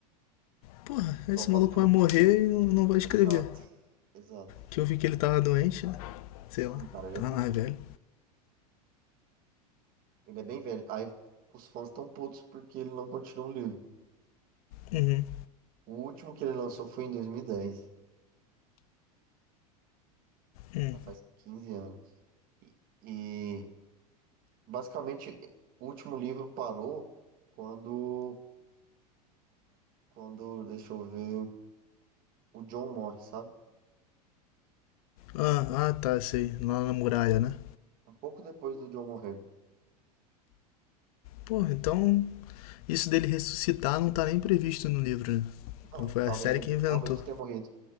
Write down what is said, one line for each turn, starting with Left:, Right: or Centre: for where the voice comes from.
Left: Porra,
Right: E o pessoal
Left: esse
Right: tá
Left: maluco
Right: puto.
Left: vai morrer e não, não vai escrever.
Right: Exato, exato.
Left: Que eu vi que ele tava doente, né? Sei
Right: Sim,
Left: lá.
Right: cara, ele
Left: Tava
Right: é bem,
Left: mais velho.
Right: ele é bem velho. Aí os fãs estão putos porque ele não continua o livro.
Left: Uhum.
Right: O último que ele lançou foi em 2010.
Left: Hum.
Right: já faz 15 anos. E, e, basicamente o último livro parou quando, quando, deixa eu ver, o John morre, sabe?
Left: Ah, ah, tá, sei. Lá na muralha, né?
Right: Um pouco depois do John morrer.
Left: Pô, então isso dele ressuscitar não tá nem previsto no livro, né?
Right: Não,
Left: Então foi
Right: talvez
Left: a série
Right: ele
Left: que inventou.
Right: realmente tenha morrido.